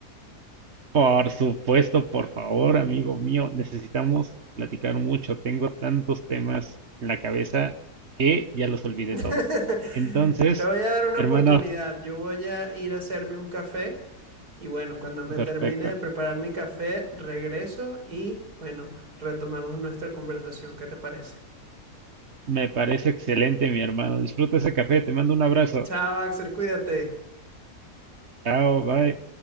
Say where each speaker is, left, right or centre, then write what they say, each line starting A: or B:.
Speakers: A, on the right (about 45°); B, on the right (about 80°).
A: Por supuesto, por favor, amigo mío, necesitamos platicar mucho. Tengo tantos temas en la cabeza que ya los olvidé
B: <laughs>
A: todos. Entonces,
B: Te voy a dar una
A: hermano,
B: oportunidad. Yo voy a ir a hacerme un café y bueno, cuando me
A: perfecto.
B: termine de preparar mi café, regreso y bueno, retomamos nuestra conversación. ¿Qué te parece?
A: Me parece excelente, mi hermano. Disfruta ese café. Te mando un abrazo.
B: Chao, Axel, cuídate.
A: Chao, bye.